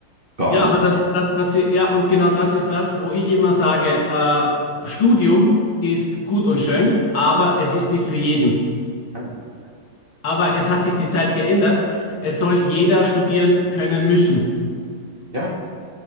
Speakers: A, on the right; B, on the left.
A: Gar
B: Ja,
A: nichts.
B: aber das ist das, was sie, ja, und genau das ist das, wo ich immer sage, äh, Studium ist gut und schön, aber es ist nicht für jeden.
A: Ah, Ja.
B: Aber es hat sich die Zeit geändert. Es soll jeder studieren können müssen.
A: Ja.